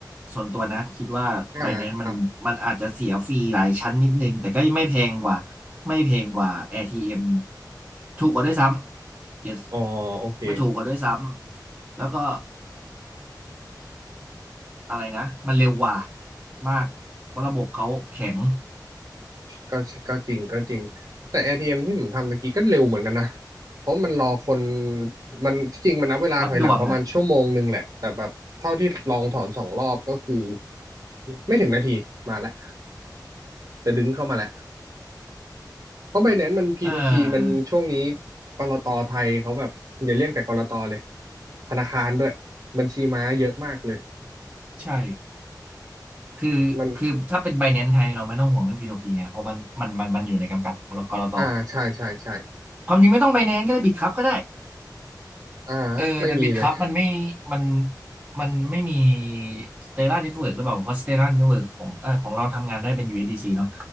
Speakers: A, on the right; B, on the right.
A: ส่วนตัวนะคิดว่า
B: อ่าครับ
A: Binance มันมันอาจจะเสียฟรีหลายชั้นนิดนึงแต่ก็ไม่แพงกว่าไม่แพงกว่า ATM ถูกกว่าด้วยซ้ำ yes
B: อ๋อโอเค
A: ไม่ถูกกว่าด้วยซ้ำแล้วก็อะไรนะมันเร็วกว่ามากเพราะระบบเขาแข็ง
B: ก็ก็จริงก็จริงแต่ ATM ทีเอ็มที่ผมทำตะกี้ก็เร็วเหมือนกันนะเพราะมันรอคนมันที่จริงมันนับเวลาถอยหลังประมาณชั่วโมงหนึ่งแหละแต่แบบเท่าที่ลองถอนสองรอบก็คือ
A: วัดดวงอ่ะ
B: ไม่ถึงนาทีมาแล้วจะดึงเข้ามาแล้วเพราะ Binance มัน P2P
A: เออ
B: มันช่วงนี้กลตไทยเขาแบบอย่าเรียกแต่กลตเลยธนาคารด้วยบัญชีม้าเยอะมากเลย
A: ใช่คือคือถ้าเป็น
B: มัน
A: Binance ไทย เราไม่ต้องห่วงเรื่อง P2P ไงเพราะมันมันมันมันอยู่ในกำกับของกลต
B: อ่าใช่ใช่ใช่
A: ความจริงไม่ต้อง Binance ก็ได้ Bitkub ก็ได้
B: อ่าไม่มีเลย
A: เออแต่ Bitkub มันไม่มันมันไม่มี Stellar Network หรือเปล่าเพราะ Stellar Network ของเออของเราทำงานได้เป็น USDC เอสดีซีเนาะ